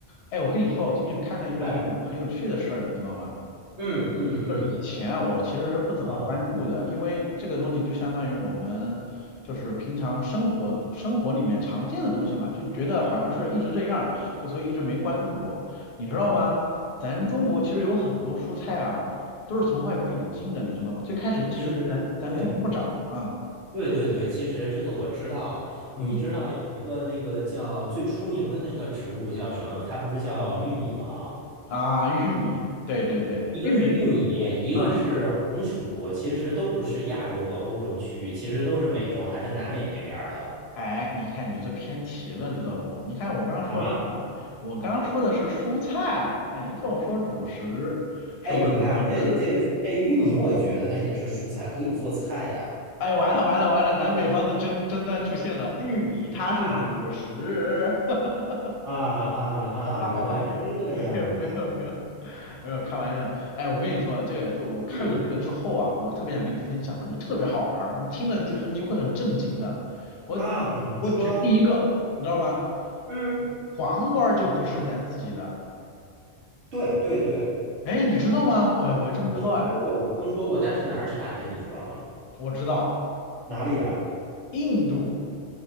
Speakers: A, on the left; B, on the right.
A: 哎，我跟你说，我最近看了一个很有很有趣的事儿，
B: 哎，
A: 你知道吗？
B: 嗯嗯嗯，
A: 就是以前啊，我其实是不怎么关注的，
B: 嗯，
A: 因为这个东西就相当于我们就是平常生活生活里面常见的东西嘛，就觉得好像是一直这样，就所以一直没关注过，你知道吗？咱中国其实有很多蔬菜啊，都是从外国引进的，你知道吗？最开始其实咱咱中国不长啊，
B: 其实对对对对，其实这个我知道，你知道有一个那个叫最出名的那个植物叫什么？
A: 嗯
B: 它不是叫玉米吗？
A: 啊，玉米，对对对，
B: 一个是玉米，
A: 玉米。
B: 一个是红薯，
A: 嗯
B: 其实都不是亚洲和欧洲区域，其实都是美洲还是南美那边儿的。
A: 哎，你看你这偏题了，知道不？你看我刚刚说的啥？
B: 啊，
A: 我刚刚说的是蔬菜，哎，你跟我说主食，是不是不合适？
B: 哎，你看这这这玉米，我也觉得它也是蔬菜，可以做菜呀、
A: 哎，完了完了完了，南北方的争争端出现了，玉米它是主食。
B: 啊
A: <laughs>
B: 啊啊啊！
A: 好吧好吧，
B: 原来是这样啊！
A: 没有没有没有，没有开玩笑，哎，我跟你说啊这个就我看了这个之后啊，
B: 嗯，
A: 我特别想跟你分享嘛，就特别好玩儿，你听了就你会很震惊的。我
B: 啊，比如说，
A: 我举第一个，你知道吗？
B: 嗯，
A: 黄瓜就不是咱自己的，
B: 对对对，
A: 哎，你知道吗？我我还真不知道哎，
B: 我听说过，我听说过，但是哪儿产的你知道吗？
A: 我知道
B: 哪里啊？
A: 印度，